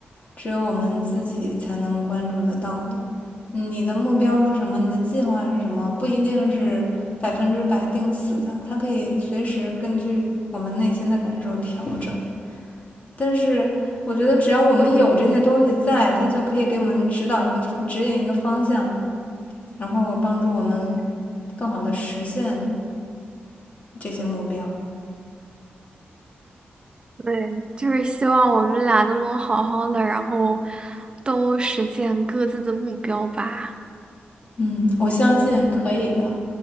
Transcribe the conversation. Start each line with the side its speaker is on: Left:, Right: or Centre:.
Left: 只有我们自己才能关注得到的。你的目标是什么？你的计划是什么？不一定是百分之百定死的，它可以随时根据我们内心的感受调整。但是我觉得，只要我们有这些东西在，它就可以给我们指导一个指引一个方向，然后帮助我们更好的实现这些目标。
Right: 对，就是希望我们俩都能好好的，然后都实现各自的目标吧。
Left: 嗯，我相信可以的。